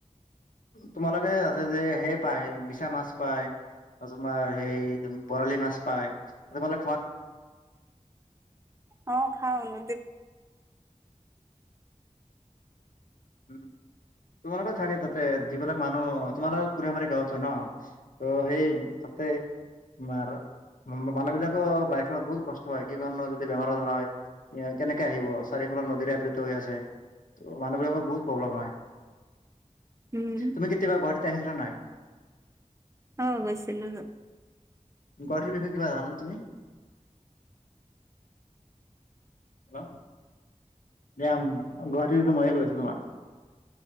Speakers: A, on the left; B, on the right.
A: তোমালোকে তাতে যে সেই পায় বিছা মাছ পায় তোমাৰ সেই বৰালি মাছ পায় তোমালে
B: উ অ খাওনো
A: উম তোমালোকে থাকে তাতে যিবিলাক মানুহ তোমালোকৰ কোনে পান গাৱ হয় ন ত সেই ত তোমাৰ মানুহ বিলাকো বাইক চত বহুত কষ্ট হয় কি কাৰণ বেমাৰৰ হয় কেনেকে আহিব চাৰিফালৰ নদীৰে আবৃত হৈ আছে মানুহবাক বহুত প্ৰব্লেম আহ
B: উম
A: তুমি কেতিয়াবা ঘুৱৰীতে আহিছিলা নাই
B: অ বৈছ নাগ
A: গ়ীৰ বিষয়ে কিবা জান ন তুমি হেল দ গুৱাহাটীে ময়ে গৈ আছো তোমাক